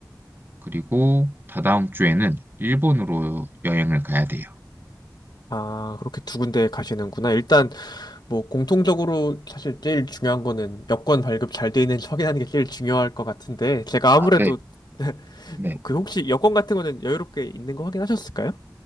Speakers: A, on the right; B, on the left.
A: 그리고 다다음 주에는 일본으로 여행을 가야 돼요.
B: 아, 그렇게 두 군데 가시는구나. 일단 뭐 공통적으로 사실 제일 중요한 거는 여권 발급 잘 돼 있는지 확인하는 게 제일 중요할 것 같은데 제가 아무래도
A: 네,
B: <laughs>
A: 네.
B: 그 혹시 여권 같은 거는 여유롭게 있는 거 확인하셨을까요?